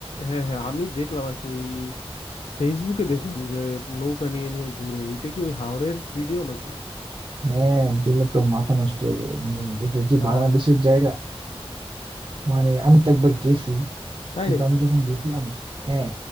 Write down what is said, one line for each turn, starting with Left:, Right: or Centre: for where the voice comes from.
Left: হ্যাঁ হ্যাঁ আমি দেখলাম আর কি ওই ফেসবুকে দেখলাম যে নৌকা নিয়ে নিয়ে ঘুরে ওইটা কি ওই হাওরের ভিডিও নাকি
Right: হ্যাঁ গেলে তো মাথা নষ্ট হয়ে যাবে মানে এটা যে
Left: তাই
Right: বাংলাদেশের জায়গা মানে আমি তো একবার গেছি
Left: তাই
Right: কিন্তু
Left: নাকি
Right: আমি যখন গেছিলাম হ্যাঁ